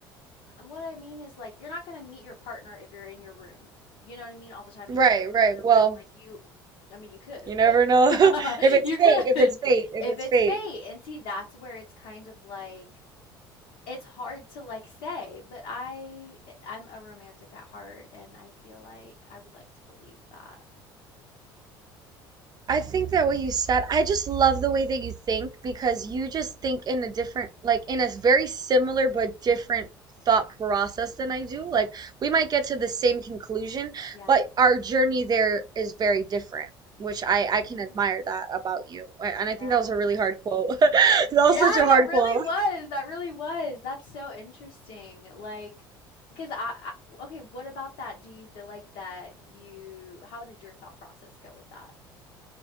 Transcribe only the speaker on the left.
and what I mean is, like, you're not gonna meet your partner if you're in your room. You know what I mean? All the time,
and you never
leave your
room. Like, you, I mean, you could,
but
<laughs>
you could
if
it's
fate. And see, that's where it's kind of like it's hard to like say, but I eh, I'm a romantic at heart, and I feel like I would like to believe that.
Yeah.
Ooh,
yeah.
Yeah,
that
really
was. That really was. That's so interesting. Like, because I, I, okay, what about that? Do you feel like that you, how did your thought process go with that?